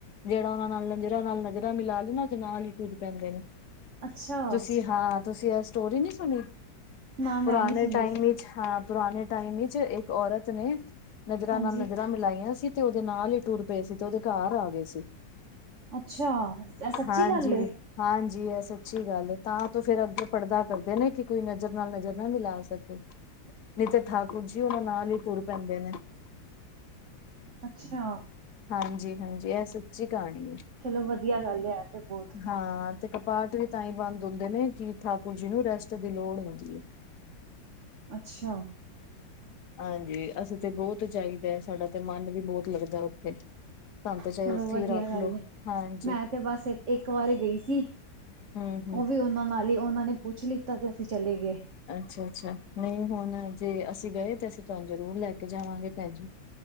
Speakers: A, on the left; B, on the right.
A: ਜੇੜਾ ਓਨਾਂ ਨਾਲ ਨਜਰਾਂ ਨਾਲ ਨਜ਼ਰਾਂ ਮਿਲਾ ਲੇਨਾ ਤੇ ਨਾਲ ਈ ਟੁਰ ਪੈਂਦੇ ਨੇ,
B: ਅੱਛਾ
A: ਤੁਸੀ। ਹਾਂ ਤੁਸੀ ਐ ਸਟੋਰੀ ਨੀ ਸੁਨੀ
B: ਨਾ
A: ਪੁਰਾਨੇ
B: ਮੈਂ ਨੀ ਸੁਣੀ
A: ਟਾਈਮ ਇਚ ਹਾਂ। ਪੁਰਾਨੇ ਟਾਈਮ ਇਚ ਇੱਕ ਔਰਤ ਨੇ, ਨਜ਼ਰਾਂ
B: ਹਾਂਜੀ
A: ਨਾਲ ਨਜ਼ਰਾਂ ਮਿਲਾਈਆਂ ਸੀ। ਤੇ ਓਦੇ ਨਾਲ ਈ ਟੁਰ ਪਏ ਸੀ ਤੇ ਓਦੇ ਘਾਰ ਆ ਗਏ ਸੀ।
B: ਅੱਛਾ। ਇਹ ਸੱਚੀ
A: ਹਾਂਜੀ
B: ਗੱਲ ਏ
A: ਹਾਂਜੀ ਇਹ ਸੱਚੀ ਗੱਲ ਹੈ ਤਾਂ ਤੋਂ ਫੇਿਰ ਅੱਗੇ ਪੜ੍ਹਦਾ ਕਰਦੇ ਨਾ ਕਿ ਕੋਈ ਨਜ਼ਰ ਨਾਲ ਨਜ਼ਰ ਨਾ ਮਿਲਾ ਸਕੇ ਨੀਤ ਠਾਕੁਰ ਜੀ ਉਹਨਾਂ ਨਾਲ ਹੀ ਤੁਰ ਪੈਂਦੇ ਨੇ
B: ਅੱਛਾ
A: ਹਾਂਜੀ ਹਾਂਜੀ ਇਹ ਸੱਚੀ ਕਹਾਣੀ ਹੈ
B: ਚਲੋ ਵਧੀਆ ਗੱਲ ਹੈ ਤੇ ਬਹੁਤ
A: ਹਾਂ ਤੇ ਕਪਾਟ ਵੀ ਤਾਂ ਹੀ ਬੰਦ ਹੁੰਦੇ ਨੇ ਕਿ ਠਾਕੁਰ ਜੀ ਨੂੰ ਰੈਸਟ ਦੀ ਲੋੜ ਹੁੰਦੀ ਹੈ
B: ਅੱਛਾ
A: ਹਾਂਜੀ ਅਸੀਂ ਤੇ ਬਹੁਤ ਚਾਹੀਦਾ ਸਾਡਾ ਤੇ ਮਨ ਵੀ ਬਹੁਤ ਲੱਗਦਾ ਉੱਥੇ ਧੰਦ ਚਾਹੇ
B: ਚਲੋ
A: ਉੱਥੇ
B: ਵਧੀਆ
A: ਹੀ ਰੱਖ
B: ਗੱਲ
A: ਲੋੋ
B: ਏ
A: ਹਾਂਜੀ
B: ਮੈਂ ਤੇ ਬਸ ਇੱਕ ਵਾਰੀ ਗਈ ਸੀ
A: ਹਮ ਹਮ
B: ਉਹ ਵੀ ਉਹਨਾਂ ਨਾਲ ਹੀ ਉਹਨਾਂ ਨੇ ਪੁੱਛ ਲਿੱਤਾ ਤੇ ਅਸੀਂ ਚਲੇ ਗਏ
A: ਅੱਛਾ ਅੱਛਾ ਨਹੀਂ ਹੁਣ ਜੇ ਅਸੀਂ ਗਏ ਤੇ ਅਸੀਂ ਤੁਹਾਨੂੰ ਜ਼ਰੂਰ ਲੈ ਕੇ ਜਾਵਾਂਗੇ ਭੈਣ ਜੀ